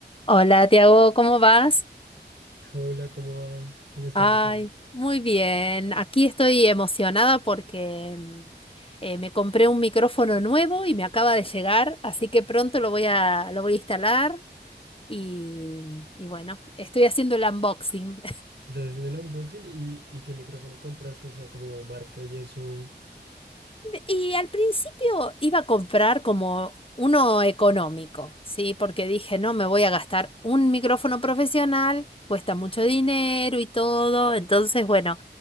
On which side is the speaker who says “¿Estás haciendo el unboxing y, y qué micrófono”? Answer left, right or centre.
Right